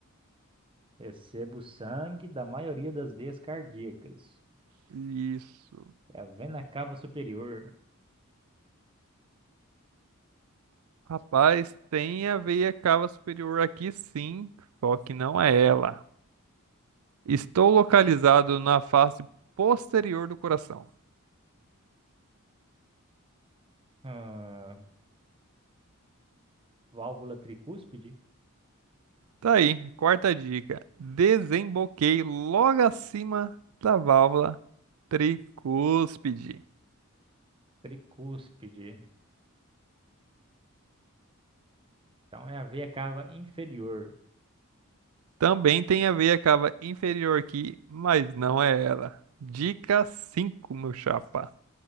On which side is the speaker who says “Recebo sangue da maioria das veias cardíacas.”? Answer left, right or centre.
Right